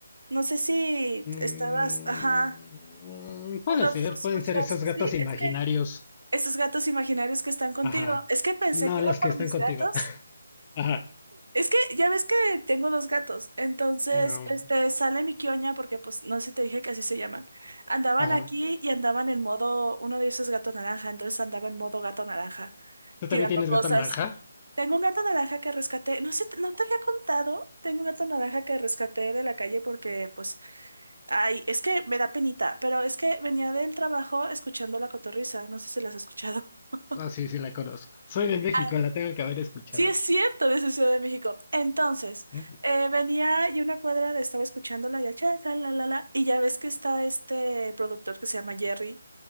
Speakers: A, on the right; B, on the left.
A: No sé si
B: Mm,
A: estabas, ajá,
B: puede
A: o no
B: ser,
A: escuchas.
B: pueden ser esos
A: Sí,
B: gatos imaginarios.
A: es que esos gatos imaginarios que están contigo,
B: Ajá.
A: es que pensé
B: No,
A: que era
B: los
A: por
B: que están
A: mis
B: contigo.
A: gatos.
B: <laughs> Ajá.
A: Es que ya ves que tengo dos gatos, entonces,
B: Mm,
A: este, sale mi quioña porque, pues, no sé si te dije que así se llaman. Andaban
B: ajá.
A: aquí y andaban en modo, uno de ellos es gato naranja, entonces andaba en modo gato naranja,
B: ¿Tú
A: tirando
B: también tienes
A: cosas.
B: gato naranja?
A: Tengo un gato naranja que rescaté, no sé, no te había contado, tengo un gato naranja que rescaté de la calle porque, pues, ay, es que me da penita, pero es que venía del trabajo escuchando La Cotorrisa, no sé si las has escuchado. <laughs>
B: Ah, sí, sí, la conozco. Soy de México,
A: Ah,
B: la tengo que haber escuchado.
A: sí, es cierto, de su Ciudad de México. Entonces,
B: Mm,
A: eh, venía y una cuadra de- estaba escuchándola y, ya, cha, tra, la, la, la, y ya ves que está este productor que se llama Jerry,